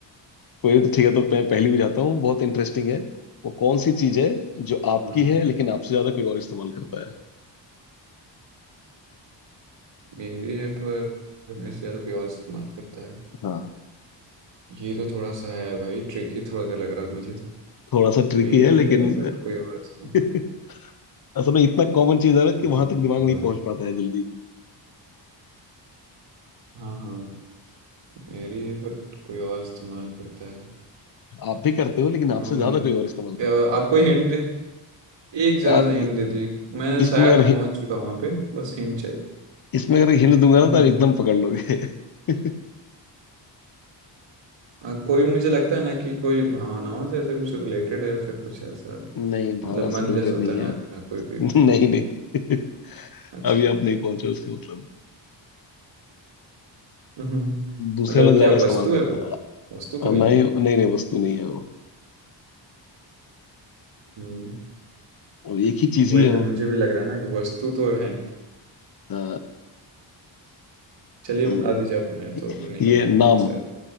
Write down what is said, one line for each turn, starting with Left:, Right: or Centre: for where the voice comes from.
Left: कोई तो ठीक है तो मैं पहली भी जाता हूँ बहुत इंटरेस्टिंग है वो कौन सी चीज है जो आपकी
Right: हम्म
Left: है लेकिन आपसे ज्यादा कोई और इस्तेमाल करता है
Right: मेरी है पर मेरे से ज़्यादा कोई और इस्तेमाल करता है
Left: हाँ
Right: ये तो थोड़ा सा है भाई ट्रिकी थोड़ा सा लग रहा है मुझे तो
Left: थोड़ा सा ट्रिकी
Right: मेरी
Left: है लेकिन
Right: है बट कोई और इस्तेमाल
Left: <laughs> असल में इतना कॉमन चीज है ना कि
Right: ये
Left: वहां
Right: भगवान
Left: तक दिमाग नहीं पहुंच पाता है जल्दी
Right: हाँ हाँ मेरी है बट कोई और इस्तेमाल करता है
Left: आप भी करते हो लेकिन आपसे
Right: um,
Left: ज्यादा कोई और इस्तेमाल करता
Right: क्या- आपको हिंट दे एक जरा
Left: है यार
Right: सा हिंट दे दीजिए मैं
Left: इसमें
Right: शायद
Left: अगर हि-
Right: पहुंच चुका हूँ वहां पे बस हिंट चाहिए
Left: इसमें अगर हिंट दूंगा ना
Right: हम्म,
Left: तो आप एकदम पकड़ लोगे <laughs>
Right: हाँ, कोई मुझे लगता है ना कि कोई भावनाओं से ऐसे कुछ रिलेटेड है या फिर कुछ ऐसा
Left: नहीं भावना
Right: मतलब मन
Left: से रिलेटेड
Right: जैसा होता
Left: नहीं
Right: है ना
Left: है <laughs>
Right: कोई कोई का
Left: नहीं नहीं <laughs>
Right: अच्छा
Left: अभी आप नहीं पहुंचे उसके मतलब
Right: हम्म,
Left: दूसरे
Right: मतलब
Left: लोग ज्यादा
Right: क्या वस्तु
Left: इस्तेमाल करता
Right: है वो वस्तु तो
Left: है
Right: नहीं
Left: नहीं नहीं नहीं वस्तु नहीं है वो
Right: हम्म,
Left: और एक ही चीज
Right: वही
Left: ही है
Right: तो
Left: वो
Right: मुझे भी लग रहा है ना कि वस्तु तो है नहीं
Left: अ,
Right: चलिए
Left: हम्म,
Right: बता दीजिए आप मैं तो नहीं
Left: ये
Right: बता पाऊंगा
Left: नाम
Right: शायद